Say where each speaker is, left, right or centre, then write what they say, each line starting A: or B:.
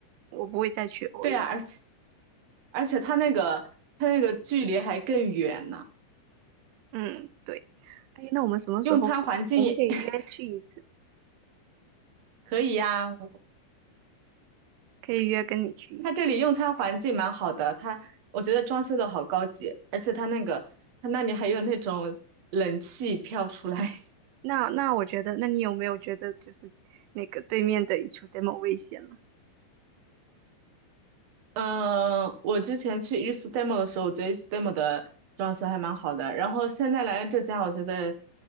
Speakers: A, on the right; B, on the right.
A: 我不会再去欧印了。
B: 对啊，而且而且它那个它那个距离还更远呢，
A: 嗯，对。哎，那我们什么时候可以？
B: 用餐环境也
A: 我们可以约去一
B: <laughs> 可以呀、
A: 可以约跟你去一
B: 它这里用餐环境蛮好的，它我觉得装修的好高级，而且它那个它那里还有那种冷气飘出来。
A: 那那我觉得，那你有没有觉得就是那个对面的一处 demo 危险了？
B: 嗯，我之前去 i s u d e m o 的时候，我觉得 i s u d e m o 的装修还蛮好的，然后现在来了这家，我觉得